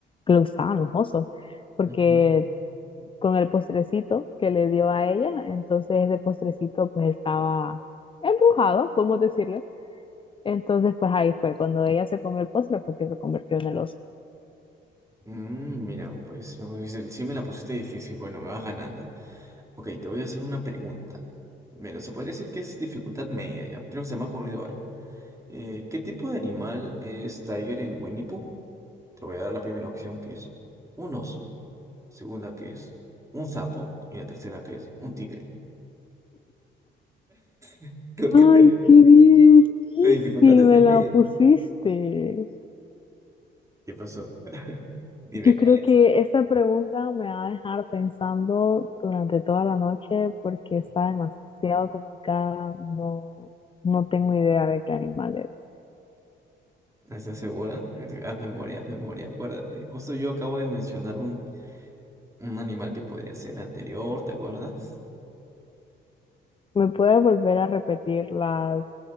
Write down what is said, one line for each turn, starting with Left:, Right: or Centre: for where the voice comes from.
Left: que le gustaban los osos, porque
Right: Ujú.
Left: con el postrecito que le dio a ella, entonces ese postrecito pues estaba embrujado, podemos decirle. Entonces pues ahí fue, cuando ella se comió el postre fue que se convirtió en el oso.
Right: Mm, mira, pues me pusiste- sí me la pusiste difícil. Bueno, me vas ganando. Ok, te voy a hacer una pregunta. Mira, se podría decir que es dificultad media, ya. Creo que se me ha ocurrido ahora. Eh, ¿qué tipo de animal es Tiger en Winnie Pooh? Te voy a dar la primera opción que es un oso, segunda que es un sapo y la tercera que es un tigre. <laughs> ¿Por
Left: Ay,
Right: qué te ríes?
Left: qué difícil
Right: Tu dificultad es
Left: me
Right: en
Left: la
Right: medio.
Left: pusiste.
Right: ¿Qué pasó? <laughs> Dime,
Left: Yo
Right: ¿cuál
Left: creo
Right: es?
Left: que esta pregunta me va a dejar pensando durante toda la noche porque está demasiado complicada. No, no tengo idea de qué animal es.
Right: ¿Estás segura? Eh, Haz memoria, haz memoria, acuérdate. Justo yo acabo de mencionar un, un animal que podría ser el anterior, ¿te acuerdas?
Left: ¿Me puede volver a repetir las,